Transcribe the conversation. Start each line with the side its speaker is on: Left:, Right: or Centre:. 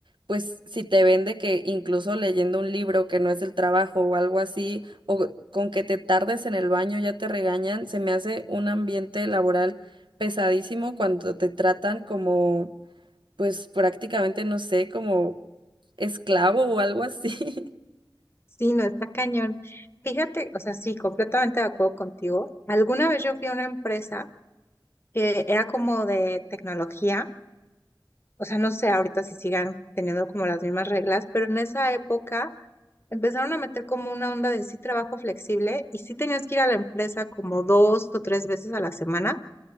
Right: pues si te ven de que incluso leyendo un libro que no es el trabajo o algo así, o con que te tardes en el baño ya te regañan, se me hace un ambiente laboral pesadísimo cuando te tratan como, pues prácticamente, no sé, como esclavo o algo así. <laughs>
Left: Sí, no, está cañón. Fíjate, o sea, sí, completamente de acuerdo contigo. Alguna vez yo fui a una empresa que era como de tecnología, o sea, no sé ahorita si sigan teniendo como las mismas reglas, pero en esa época empezaron a meter como una onda de sí trabajo flexible y sí tenías que ir a la empresa como dos o tres veces a la semana